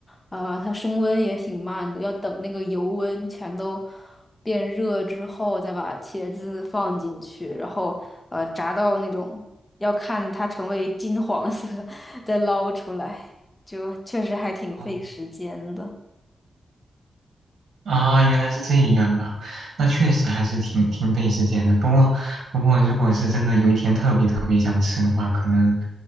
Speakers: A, on the left (about 25°); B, on the right (about 75°).
A: 啊、它升温也挺慢的，要等那个油温全都变热之后，再把茄子放进去，然后呃炸到那种要看它成为金黄色，<laughs> 再捞出来，就确实还挺费时间的。
B: 哦啊，原来是这样啊，那确实还是挺挺费时间的。不过，不过如果是真的有一天特别特别想吃的话，可能，